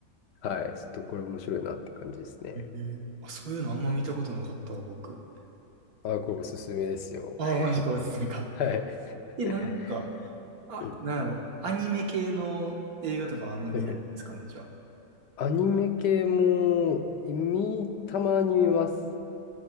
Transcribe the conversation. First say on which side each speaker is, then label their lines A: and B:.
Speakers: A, on the left; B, on the right.
A: はい。ちょっとこれ面白いなって感じですね。
B: えーあ、そういうのあんま見たことなかったわ、僕。
A: あ、これおすすめですよ。
B: あ、マジか、
A: <laughs>
B: おすすめか。
A: はい。
B: え、なんか、
A: <laughs>
B: あ、
A: うん
B: なんやろ。アニメ系の映画とかはあんま見ないんですかね、
A: はいはい
B: じゃあ。
A: アニメ系も見、たまに見ます。